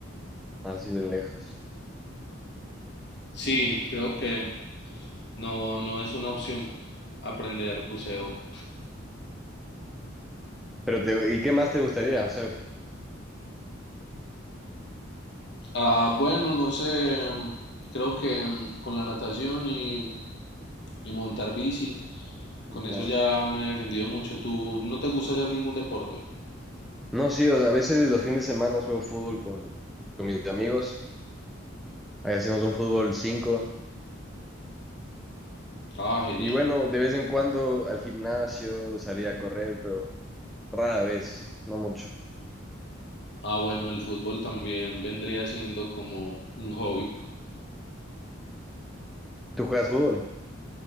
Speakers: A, in the centre; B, on the left.
A: así de lejos.
B: Sí, creo que no, no es una opción aprender buceo.
A: Pero te- ¿y qué más te gustaría? O sea,
B: Ah, bueno, no sé, mm, creo que mm, con la natación y, y montar bici,
A: no.
B: con eso ya me he defendido mucho. ¿Tú no te gusta hacer ningún deporte?
A: No, sí, o sea, a veces los fines de semana juego fútbol con, con mis amigos. Ahí hacemos un fútbol cinco
B: Ah, genial.
A: Y bueno, de vez en cuando al gimnasio, salir a correr, pero rara vez, no mucho.
B: Ah, bueno, el fútbol también vendría siendo como un hobby.
A: ¿Tú juegas fútbol?